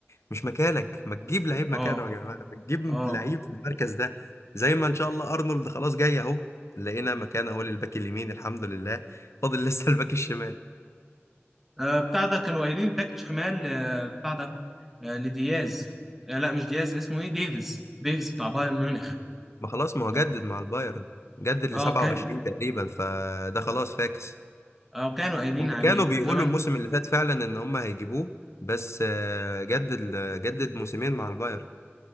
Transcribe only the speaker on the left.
مش مكانك ما تجيب لعيب مكانه
يا جماعة ما تجيب
لعيب في المركز ده زي ما ان شاء الله ارنولد خلاص جاي اهو لقينا مكان اهو للباك اليمين الحمد لله فاضل لسه الباك الشمال
ما خلاص ما هو
جدد مع البايرن جدد
ل 27
تقريبا فده خلاص فاكس
هم
كانوا بيقولوا
الموسم اللي فات فعلا ان هم هيجيبوه بس آه، جدد جدد موسمين مع البايرن